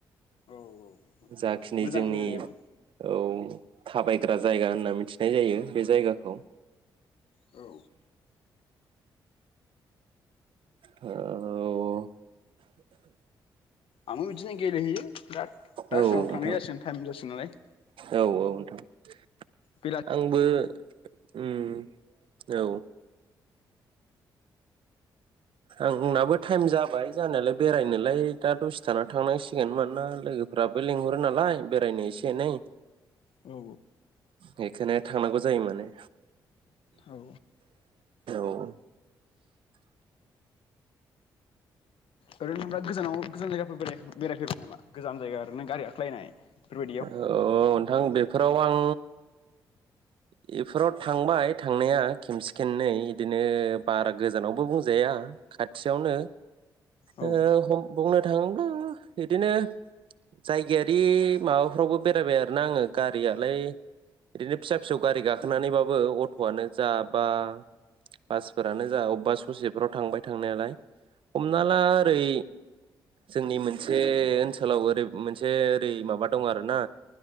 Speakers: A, on the left; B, on the right.
A: औ औ
B: जाखिनि
A: मोजां
B: जोंनि
A: बेरायनायाबो
B: औ थाबायग्रा जायगा होनना मिथिनाय जायो बे जायगाखौ।
A: औ
B: औ
A: आंबो बिदिनो गेलेहैयो। दा दासिमाव
B: औ नोंथां
A: थांनाय जासिगोन टाइम जासिगोन नालाय।
B: औ <inaudible>
A: बेला
B: आंबो उम औ। आंनाबो टाइम जाबाय जानायालाय बेरायनोलाय दा दसे थाना थांनांसिगोन मानोना लोगोफोराबो लिंहरो नालाय बेरायनो एसे एनै।
A: औ
B: बेखायनो थांनांगौ जायो माने
A: औ
B: औ। <inaudible>
A: ओरैनो नों दा गोजानाव गोजान जायगाफोर बेरायखां बेरायफेरबाय नामा गोजान जायगा ओरोना गारि गाखोलायनाय। बेफोरबायदियाव
B: अ नोंथां बे फोराव आं बेफोराव थांबाय थांनाया खेमसे खेननै बिदिनो बारा गोजानावबो बुंजाया खाथियावनो।
A: औ
B: ओ बुंनो थाङोब्ला बिदिनो जायगायारि माबाफ्रावबो बेरायबाय आरोना आङो गारियालाय बिदिनो फिसा फिसौ गारि गाखोनानैबाबो अट'आनो जा बा बासफोरानो जा अबेबा ससेफोराव थांबाय थांनायालाय हमना ला ओरै जोंनि मोनसे ओनसोलाव ओरै मोनसे ओरै माबा दं आरोना